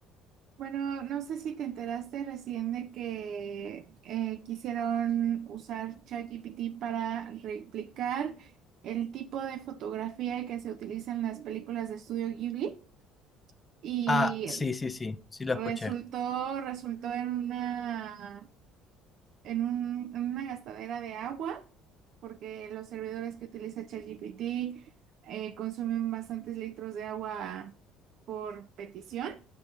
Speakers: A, on the right (about 60°); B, on the left (about 25°).
A: Bueno, no sé si te enteraste recién de que eh, quisieron usar ChatGPT para replicar el tipo de fotografía que se utiliza en las películas de estudio Ghibli. Y
B: Ah, sí, sí, sí, sí lo
A: Resultó,
B: escuché.
A: resultó en una, en un- en una gastadera de agua, porque los servidores que utiliza ChatGPT eh, consumen bastantes litros de agua por petición,